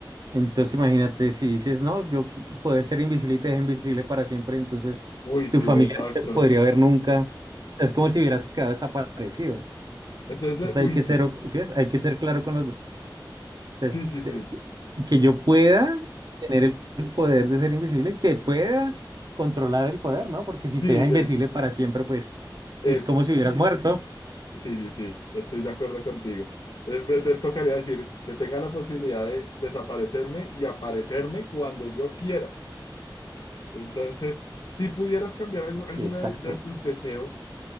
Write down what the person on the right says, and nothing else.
entonces imagínate si dices, no, yo qui- poder ser invisible y te dejo invisible para siempre, entonces
tu
familia
no te podría ver nunca. Es como si hubieras quedado desaparecido.
Entonces
hay
que
ser, ¿sí ves? Hay que ser claro con los des-
des-
de-
de- que yo pueda tener el el poder de ser invisible y que pueda controlar el poder, ¿no? Porque si
te deja invisible
para siempre, pues
es como si hubieras muerto.
Exacto.